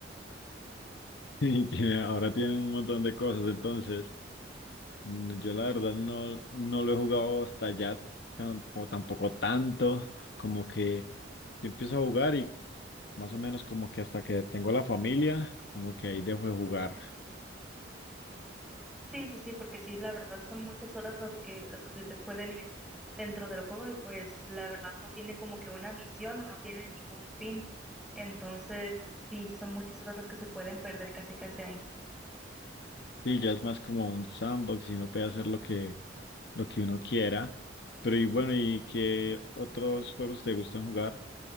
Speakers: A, on the left; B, in the centre.
A: <laughs> Y tiene- ahora tienen un montón de cosas. Entonces mm, yo la verdad no, no lo he jugado hasta ya tan- como tampoco tanto, como que yo empiezo a jugar. y Más o menos como que hasta que tengo la familia, como que ahí dejo de jugar.
B: Sí, sí, sí, porque sí, la verdad son muchas horas las que, las que se te pueden ir dentro del juego y pues la verdad no tiene como que una misión o no tiene ningún fin. Entonces, sí, son muchas horas las que se pueden perder casi casi ahí.
A: Sí, ya es más como un sandbox y uno puede hacer lo que, lo que uno quiera. Pero y bueno, ¿y qué otros juegos te gustan jugar?